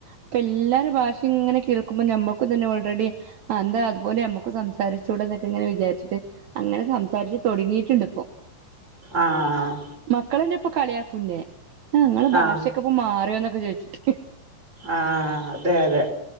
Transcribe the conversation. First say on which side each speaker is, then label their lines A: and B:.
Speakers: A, on the right; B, on the right.
A: ഇപ്പൊ എല്ലാര ഭാഷിംഇങ്ങനെ കേൾക്കുമ്പോ ഞമ്മക്കും തന്നെ ഓൾറെഡി അ എന്താ അതുപോലെ നമ്മുക്ക് സംസാരിച്ചൂട എന്നൊക്കെങ്ങനെ വിചാരിച്ചിട്ട് അങ്ങനെ സംസാരിച്ച് തൊടങ്ങിട്ടിണ്ട് ഇപ്പോ
B: ആഹ്
A: മക്കളെന്നെ ഇപ്പൊ കളിയാക്കൂ ന്നെ ആ ഇങ്ങളെ
B: ആഹ്
A: ഭാഷക്കെ ഇപ്പ മാറിയോന്നൊക്കെ ചോദിച്ചിട്ട്
B: ആഹ് അതെ അതെ